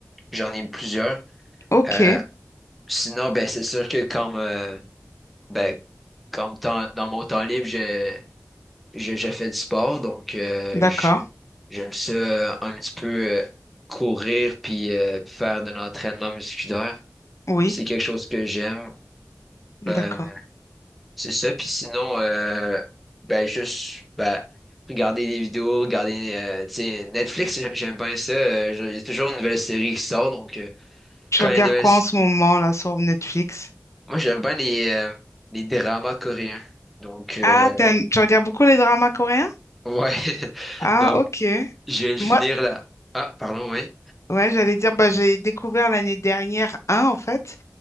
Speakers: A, in the centre; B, on the left (about 70°).
A: j'en ai plusieurs.
B: ok,
A: Euh, sinon, ben c'est sûr que comme, euh, ben, comme temps- dans mon temps libre, je, je, je fais du sport, donc euh,
B: d'accord.
A: je, j'aime ça euh, un petit peu euh, courir puis euh, faire de l'entraînement musculaire.
B: Oui,
A: C'est quelque chose que j'aime.
B: d'accord.
A: Euh, c'est ça. Puis sinon, euh, ben juste ben, regarder des vidéos, regarder euh, tu sais, Netflix, j'aime bien ça. Euh, je- Il y a toujours une nouvelle série qui sort, donc euh,
B: Tu
A: quand
B: regardes
A: il y a une nouvelle...
B: quoi
A: s-
B: en ce moment là sur Netflix?
A: Moi, j'aime bien les, euh, les dramas coréens. Donc, euh,
B: Ah, t'aimes, tu regardes beaucoup les dramas coréens?
A: ouais. <laughs>
B: Ah,
A: Donc,
B: ok.
A: je viens de finir
B: Moi,
A: là. Ah, pardon, oui.
B: ouais, j'allais dire, bah, j'ai découvert l'année dernière un en fait,